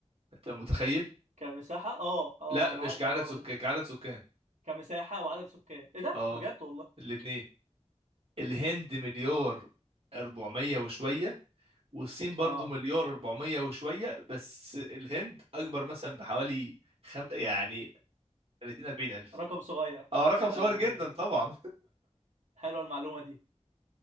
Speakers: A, on the right; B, on the right.
A: انت متخيل
B: كمساحة اه اه
A: لا
B: انا
A: مش
B: عارف
A: كعدد
B: الحوار
A: سكان
B: ده
A: كعدد سكان
B: كمساحة وعدد سكان ايه ده
A: اه
B: بجد والله
A: الاتنين الهند مليار
B: انا
A: 400 وشوية والصين برضو
B: اه
A: مليار 400 وشوية بس الهند اكبر مثلا بحوالي خم... يعني 30 40 الف
B: رقم صغير
A: اه رقم
B: يا لهوي
A: صغير جدا طبعا
B: حلوه المعلومة دي